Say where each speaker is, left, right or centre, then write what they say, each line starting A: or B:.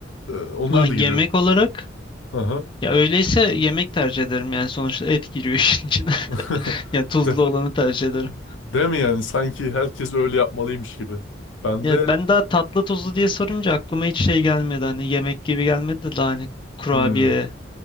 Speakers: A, on the left; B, on the left.
A: Ee, onlar
B: Ha, yemek
A: da giriyor.
B: olarak
A: Aha.
B: ya öyleyse yemek tercih ederim yani sonuçta et giriyor <laughs> işin içine.
A: <laughs>
B: Yani tuzlu
A: De,
B: olanı tercih ederim.
A: değil mi yani? Sanki herkes öyle yapmalıymış gibi. Ben
B: Ya
A: de
B: ben daha tatlı tuzlu diye sorunca aklıma hiç şey gelmedi hani yemek gibi gelmedi de daha hani kurabiye
A: hmm,